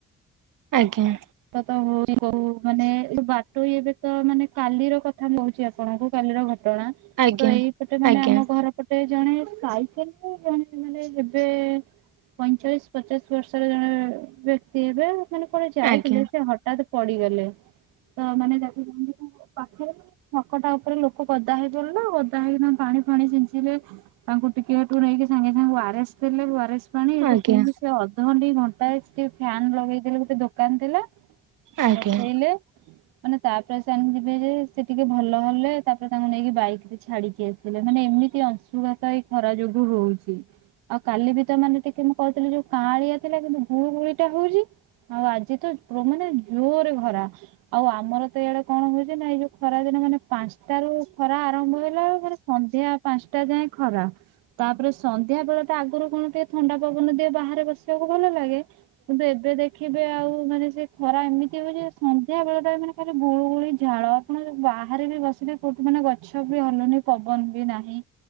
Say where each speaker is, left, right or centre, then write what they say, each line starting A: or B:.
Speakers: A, on the right; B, on the right.
A: ଆଜ୍ଞା।
B: ତ ତ ହ କ ମାନେ ବାଟୋଇ ଏବେ ତ ମାନେ କାଲିର କଥା କହୁଛି ଆପଣଙ୍କୁ କାଲିର ଘଟ କାଲିର ଘଟଣା
A: ଆଜ୍ଞା
B: ତ ଏଇପଟେ ମାନେ
A: ଆଜ୍ଞା
B: ଆମ ଘର। ଗୋଟେ ଜଣେ ସାଇକେଲ ଜଣେ ମାନେ ଏବେ ପଇଁଚାଳିଶ ପଚାଶ ବର୍ଷର ଜଣେ ବ୍ୟକ୍ତି ହେବେ ମାନେ କୁ
A: ଆଜ୍ଞା
B: ଥିଲେ ସେ ହଠାତ ପଡିଗଲେ ତ ମାନେ ଦେଖଛନ୍ତି। ପାଖରେ ଛକଟା ଉପରେ ଲୋକ ଗଦା ହେଇଗଲେ ନା ଗଦା ହେଇକିନା ପାଣି ଫାଣି ଛିଞ୍ଚିଲେ। ତାଙ୍କୁ ଟିକେ ଦୂରେଇକି ନେଇକି ସାଙ୍ଗେ ସାଙ୍ଗେ ୱାରସ୍ ଦେଲେସ୍। ପା ଏଠୁ
A: ଆଜ୍ଞା
B: ଅଧଘଣ୍ଟ ଘଣ୍ଟା ଟିକେନ ଫ୍ୟାନ ଲଗେଇଦଲେ ଗୋଟେ ଦୋକାନ ଥିଲା।
A: ଆଜ୍ଞା ଆଜ୍ଞା
B: ବସେଇଲେ ମାନେ ତାପରେ ସେଣି ଯିବେ ଯେ। ସେ ଟିକେ ଭଲ ହେଲେ ତାପରେ ତାଙ୍କୁ ନେଇକି ବାଇକ ରେ ଛାଡିକି ଆସ। ମାନେ ଏମିତି ଅଂଶୁଘାତ ଏଇ ଖରା ଯୋଗୁ ହୋଉଛି। ଆଉ କାଲି ବି ତ ମାନେ ଟିକେ ମୁଁ କହିହୁଥିଲି ଯୋଉ କାଁଳିଆ ଥିଲା କିନ୍ତୁ ଗୁଳୁ ଗୁଳିଟା ହଉଛି ଆଉ ଆଜି ମାନେ ଜୋରେ ଖରା ଆଉ ଆମର ତ ଇଆଡେ କଣ ହଉଛି ନା ଏଇ ଯୋଉ ଖରା ଦିନ ମାନେ ପାଞ୍ଚଟାରୁ ଖରା ଆରମ୍ଭ ହେଲା ଆଉ ମାନେ ସନ୍ଧ୍ୟା ପାଞ୍ଚଟା ଯାଏଁ ଖରା। ତାପରେ ସନ୍ଧ୍ୟା ବେଳ ଟା ଆଗରୁ କଣ ଟିକେ ଥଣ୍ଡା ପବନ ଦିଏ ବାହାରେ ବସିବାକୁ ଭଲ ଲାଗେ। କିନ୍ତୁ ଏବେ ଦେଖିବେ ଆଉ ମାନେ ସେ ଖରା ଏମିତି ହବ ଯେ ସନ୍ଧ୍ୟା ବେଳ <unintelligible> ମାନେ ଖାଲି ଗୁଳୁ ଗୁଳି ଝାଳ, ଆପଣ ବାହାରେ ବି ବସିଲେ କୋଉଠି ମାନେ ଗଛ ବି ହଲୁନି ପବନ ବି ନାହିଁ।